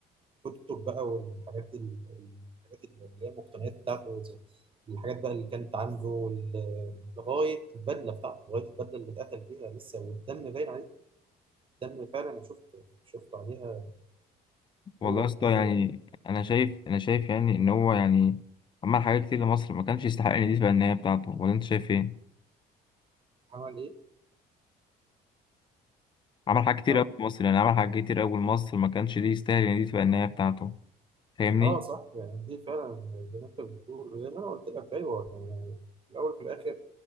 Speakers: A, on the right; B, on the left.
A: الكتب بقى والحاجات ال- الحاجات اللي هي المقتنيات بتاعته زي الحاجات بقى اللي كانت عنده وال- لغايه البدله بتاعته لغايه البدله اللي اتقتل بيها لسه والدم باين ده اللي فعلا انا شفته شفته عليها
B: والله
A: هو
B: يا
A: في
B: اسطى
A: المكتبه
B: يعني انا شايف انا شايف يعني ان هو يعني عمل حاجات كتير لمصر ما كانش يستحق ان دي تبقى النهايه بتاعته ولا انت شايف ايه
A: عمل ايه
B: عمل حاجات كتير
A: اه
B: قوي لمصر يعني عمل حاجات كتير قوي لمصر ما كانش دي يستاهل ان دي تبقى النهايه بتاعته فاهمني
A: اه صح يعني دي فعلا زي ما انت بتقول وزي ما انا قلت لك ايوه يعني في الاول وفي الاخر